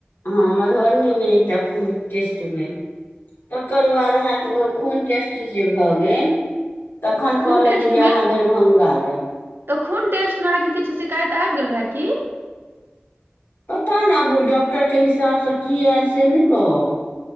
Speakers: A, on the left; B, on the right.
A: हँ मधुबनीमे एक ता खून टेस्ट भेल तकर बाद अहाँके ओ खून टेस्ट जे भऽ गेल तखन
B: तऽ खून
A: कहलथि
B: टेस्ट
A: जे अहाँ दरभंगा जाउ
B: खुन टेस्ट में अहा के किछू सिकायत आइब गेल रहैकी
A: पता नहि आब ओहि डॉक्टरके हिसाबसँ की आयल से नहि कहब